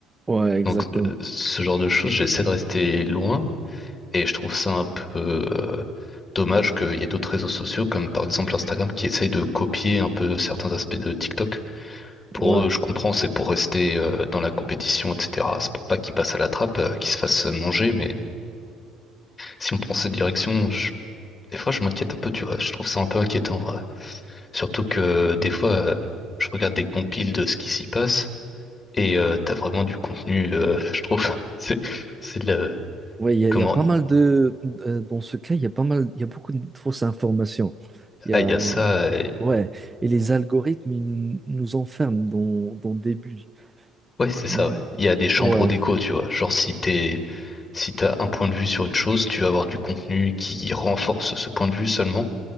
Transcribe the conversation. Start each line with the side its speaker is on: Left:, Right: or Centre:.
Right: ouais, exactement.
Left: Donc, euh, ce genre de choses, j'essaie de rester loin. Et je trouve ça un peu euh, dommage qu'il y ait d'autres réseaux sociaux, comme par exemple Instagram, qui essayent de copier un peu certains aspects de TikTok. Pour
Right: Ouais.
Left: eux, je comprends, c'est pour rester euh, dans la compétition, etc. C'est pour pas qu'ils passent à la trappe, euh, qu'ils se fassent manger. Mais si on prend cette direction, je- des fois, je m'inquiète un peu, tu vois. Je trouve ça un peu inquiétant. ouais. Surtout que euh, des fois, euh, je regarde des compiles de ce qui s'y passe et euh, t'as vraiment du contenu, euh, je trouve. <laughs> C'est, c'est le...
Right: Oui, il y a,
Left: Comment...
Right: il y a pas mal de... euh, Dans ce cas, il y a pas mal... Il y a beaucoup de fausses informations. Il
Left: Ah,
Right: y a...
Left: il y a ça.
Right: Ouais, et les algorithmes, ils nous enferment dans, dans des bulles.
Left: Ouais, c'est ça,
Right: Mm,
Left: ouais. Il y a des chambres
Right: Ouais,
Left: d'écho, tu vois. Genre, si t'es, si t'as un point de vue sur une chose, tu vas avoir du contenu qui renforce ce point de vue seulement.